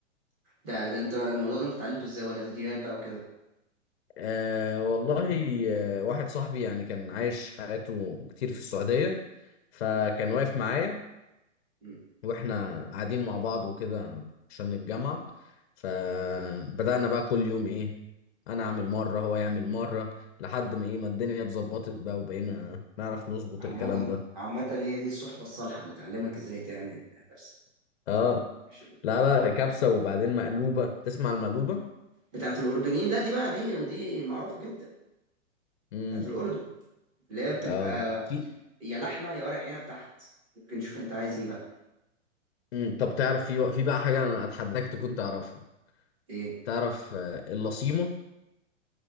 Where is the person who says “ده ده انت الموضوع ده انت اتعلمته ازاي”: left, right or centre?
Right